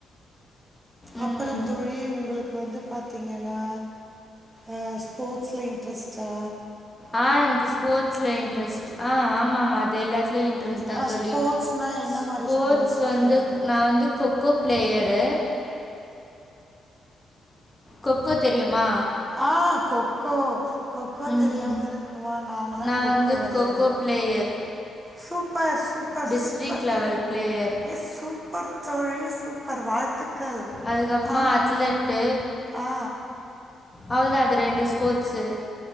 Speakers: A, on the left (about 15°); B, on the right (about 20°).
A: ம்.
B: அப்றோ தோழி உங்களுக்கு வந்து பாத்தீங்கனா அ ஸ்போட்ஸ்ல இன்ட்ரஸ்ட்டா
A: ஆ எனக்கு ஸ்போட்ஸ்ல இன்ட்ரஸ்ட் ஆ ஆமாமா அது எல்லாத்துலயு இன் டிரஸ் தா
B: அ
A: தோழி
B: ஸ்போர்ட்ஸ்னா என்ன
A: ஸ்போட்ஸ்
B: மாரி ஸ்போர்ட்ஸு?
A: வந்து நா வந்து கொ கோ பிளேயரு கொக்கோ தெரியுமா
B: ஆ கொக்கோ கொக்கோ
A: ம்.
B: தெரியாம இருக்குமா நாங்கல்லா
A: நான்
B: கொக்கோ
A: வந்து
B: வெளையாடுவோ
A: கொக்கோ player.
B: Super super
A: district
B: super
A: லெவல்
B: தோ
A: பிளேயர்.
B: ஏ சூப் ப்பர் தோழி சூப்பர் வாழ்த்துக்கள்
A: அதுக்கப்புறமா
B: ஆ
A: அத்லெட்டு.
B: ஆ
A: அவள்தா அது ரெண்டு ஸ்போட்ஸு